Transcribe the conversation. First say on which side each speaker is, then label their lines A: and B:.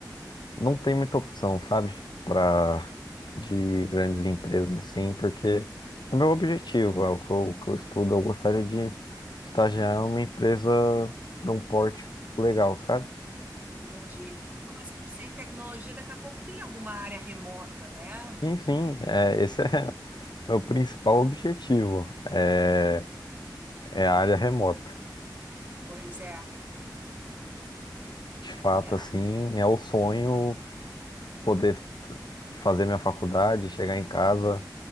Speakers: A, on the left; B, on the right.
A: não tem muita opção, sabe? Pra, de grandes empresas, assim, porque é meu objetivo, é o que eu, que eu estudo. Eu gostaria de estagiar em uma empresa de um porte legal, sabe?
B: Entendi. Ah, mas por ser em tecnologia, daqui a pouco tem alguma área remota, né?
A: Enfim, é, esse é <laughs> meu principal objetivo, é, é a área remota.
B: Pois é,
A: De fato,
B: é.
A: assim, é o sonho poder fazer minha faculdade, chegar em casa,